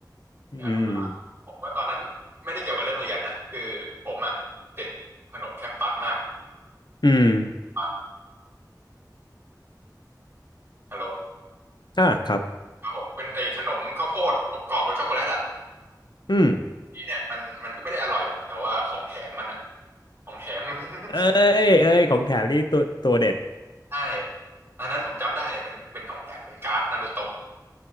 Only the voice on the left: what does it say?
อืม
อืม
อ่าครับ
อืม
เอ้ยเอ้ยของแถมนี่ตัวตัวเด็ด